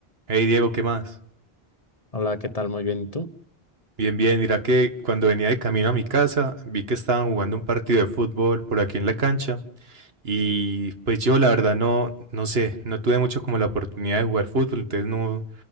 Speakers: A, on the right; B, on the left.
A: Hey Diego, ¿qué más?
B: Hola, ¿qué tal? Muy bien, ¿y tú?
A: Bien, bien, mira que cuando venía de camino a mi casa vi que estaban jugando un partido de fútbol por aquí en la cancha y pues yo la verdad no, no sé, no tuve mucho como la oportunidad de jugar fútbol, entonces no,